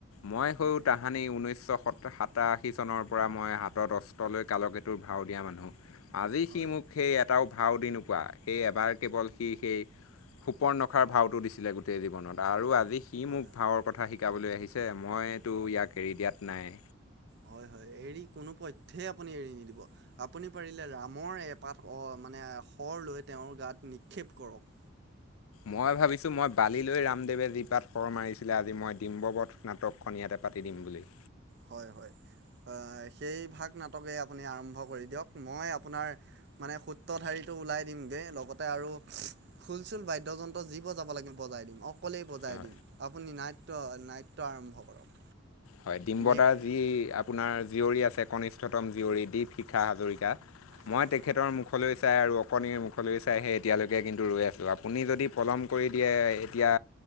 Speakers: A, on the left; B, on the right.
A: মই হও
B: হয়
A: তাহানি ঊনৈছশ সোতো', - সাতাশী চনৰ', পৰা মই হাতত অস্ত্ৰ লৈ কালকেটোৰ ভাও দিয়া মানুহ', আজি
B: হয়
A: সি মোক সেই এটাও ভাও দি নোপোৱা, সেই এবাৰ কেৱল সি সেই', শূৰ্পনখাৰ ভাওটো দিছিলে গোটেই জীৱনত আৰু আজি সি
B: হয়
A: মোক ভাৱৰ কথা শিকাবলৈ আহিছে মই', কিন্তু ইয়াক এৰি দিয়াত নাই',
B: হয়', - হয়', এৰি, কোনো পথ্যয় আপুনি এৰি নিদিব', আপুনি পাৰিলে ৰামৰ এপাত অ', মানে শৰ লৈ তেওঁৰ গাত নিক্ষেপ কৰক',
A: মই ভাবিছোঁ মই বালিলৈ ৰামদেৱে জিপাত শৰ মাৰিছিলে আজি মই ডিম্ববধ', নাটকখন ইয়াতে পাতি দিম বুলি।
B: হয় হয়, এৱ সেই ভাগ নাটকেই আপুনি আৰম্ভ কৰি দিয়ক মই আপোনাৰ মানে সূত্ৰ ধাৰিটো ওলাই দিম দে লগতে আৰু খুল চুল বাদ্যযন্ত্ৰ যি বজাব লাগে বজাই দিম। অৱ অকলেই বজাই
A: হয়
B: দিম আপুনি নাট্য নাট্য আৰম্ভ কৰক।
A: হয় ডিম্বতাৰ
B: মেক
A: যি আপোনাৰ জীয়ৰী আছে কনিষ্ঠতম জীয়ৰী দীপ শিখা হাজৰিকা।
B: পেলা
A: মই তেখেতৰ মুখ মুখলৈ চাই আৰু অকণিৰ মুখলৈ চাই সেই এতিয়ালৈকে কিন্তু ৰৈ আছোঁ আপুনি যদি পলম কৰি দিয়ে এতিয়া